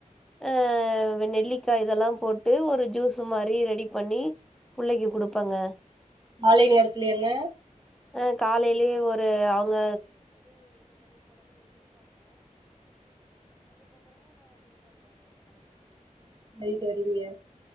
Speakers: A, in the centre; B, on the right.
A: ஆஹ நெல்லிக்காய் இதெல்லாம் போட்டு ஒரு ஜூஸ் மாரி ரெடி பண்ணி புள்ளைக்கு குடுப்பங்க
B: காலை நேரத்துலாங்க
A: அஹ காலையிலயே ஒரு அவங்க
B: சரி சரிங்க